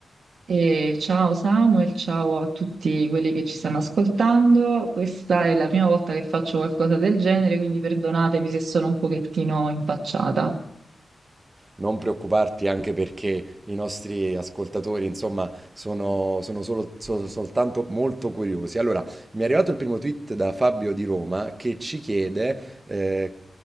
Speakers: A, on the right (about 65°); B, on the right (about 20°).
A: E ciao Samuel, ciao a tutti quelli che ci stanno ascoltando. Questa è la prima volta che faccio qualcosa del genere, quindi perdonatemi se sono un pochettino impacciata.
B: non preoccuparti anche perché i nostri ascoltatori, insomma, sono, sono solo, so- soltanto molto curiosi. Allora, mi è arrivato il primo tweet da Fabio di Roma che ci chiede eh,